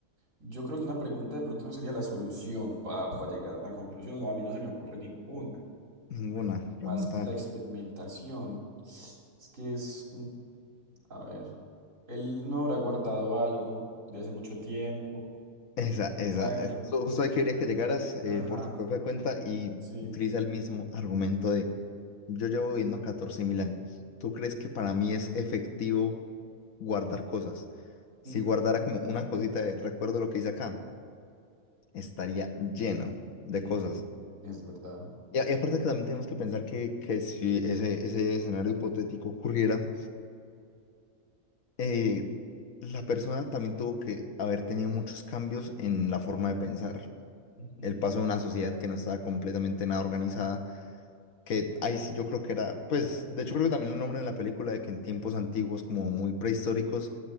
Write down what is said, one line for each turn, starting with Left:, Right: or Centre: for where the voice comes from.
Right: yo creo que una pregunta de pronto no sería la solución para llegar a una conclusión, o a mí no se me ocurre ninguna,
Left: Ninguna pregunta.
Right: más que la experimentación. Es que es, mm, a ver, él no habrá guardado algo de hace mucho tiempo.
Left: Esa,
Right: Exacto.
Left: esa. eh, Justo, justo ahí quería que llegaras eh,
Right: Ajá,
Left: por tu propia cuenta y
Right: sí.
Left: utiliza el mismo argumento de yo llevo viviendo 14.000 años. ¿Tú crees que para mí es efectivo guardar cosas? Si
Right: Ujú,
Left: guardara como una cosita de recuerdo lo que hice acá, estaría lleno de
Right: ujú,
Left: cosas.
Right: Es verdad.
Left: Y, a- y aparte que también tenemos que pensar que, que si ese, ese escenario hipotético ocurriera, eh, la persona también tuvo que haber tenido muchos cambios en la forma de pensar.
Right: Ujú,
Left: el paso de una sociedad que no estaba completamente nada organizada, que ahí sí yo creo que era, pues, de hecho creo que también lo nombran en la película de que en tiempos antiguos, como muy prehistóricos,